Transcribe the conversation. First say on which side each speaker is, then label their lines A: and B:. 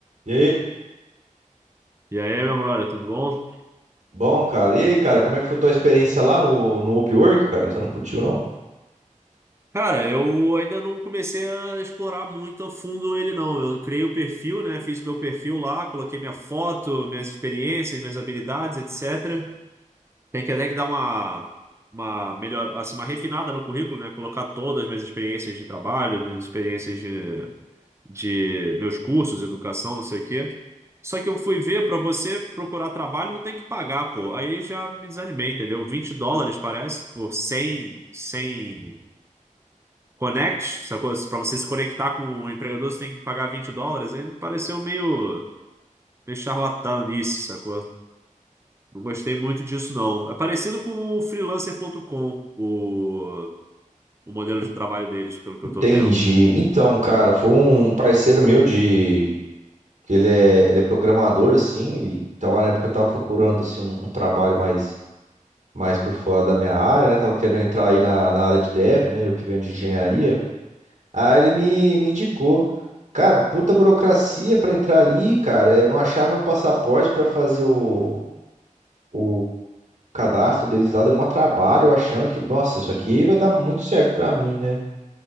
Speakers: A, on the right; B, on the right.
A: E aí?
B: E aí, meu brother, tudo bom?
A: Bom, cara. E aí, cara, como é que foi tua experiência lá no, no Upwork, cara? Você não curtiu, não?
B: Cara, eu ainda não comecei a explorar muito a fundo ele, não. Eu criei o perfil, né? Fiz o meu perfil lá, coloquei minha foto, minhas experiências, minhas habilidades, etc. Tem que até que dar uma, uma melhor, assim, uma refinada no currículo, né? Colocar todas as minhas experiências de trabalho, minhas experiências de, de meus cursos, educação, não sei o quê. Só que eu fui ver, pra você procurar trabalho, tu tem que pagar, pô. Aí já me desanimei, entendeu? 20 dólares, parece, por cem, cem Connect, sacou? Pra você se conectar com o empregador, você tem que pagar 20 dólares. Aí pareceu meio, meio charlatanice, sacou? Não gostei muito disso, não. É parecido com o freelancer.com, o, o modelo de trabalho deles, pelo que eu
A: Entendi.
B: tô vendo.
A: Então, cara, foi um parceiro meu de... que Ele é, ele é programador, assim, ele tava na época que eu tava procurando, assim, um, um trabalho mais, mais por fora da minha área, né? Tava querendo entrar aí na, na área de dev, né? Eu que venho de engenharia. Aí ele me, me indicou. Cara, puta burocracia pra entrar ali, cara. Eu não achava meu passaporte pra fazer o... o cadastro deles lá deu maior trabalho, eu achando que, nossa, isso aqui vai dar muito certo pra mim, né?